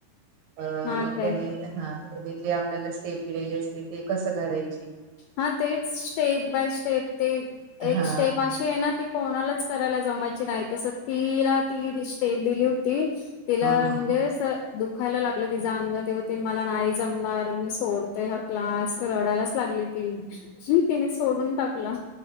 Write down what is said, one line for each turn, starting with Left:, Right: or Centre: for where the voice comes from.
Right: अ
Left: हा
Right: मग
Left: काय
Right: त्यांनी, हा त्यांनी जे आपल्याला स्टेप दिलेले असते ते कस कराय
Left: हा तेच स्टेप बाय स्टेप, ते एक
Right: हा
Left: स्टेप अशी आहे ना. ती कोणालाच करायला जमायची नाही, तस तिला ती स्टेप दिली होती. तिला
Right: हा हा
Left: म्हणजे
Right: हा
Left: अस दुखायला लागलं तिचं अंग, तेव्हा ते मला नाही जमणार मी सोडतय हा क्लास, रडायलाच लागली. तीन तिने सोडून टाकला.